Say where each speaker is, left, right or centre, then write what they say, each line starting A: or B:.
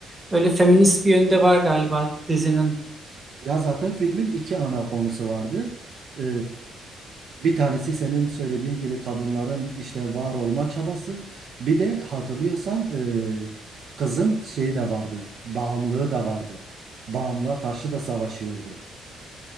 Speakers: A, on the right (about 20°); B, on the right (about 60°).
A: öyle feminist bir yönde var galiba dizinin.
B: Ya zaten filmin iki ana konusu vardı. Ee, bir tanesi senin söylediğin gibi kadınların işte var olma çabası. Bir de hatırlıyorsan e, kızın şeyi de vardı. Bağımlılığı da vardı. Bağımlılığa karşı da savaşıyordu.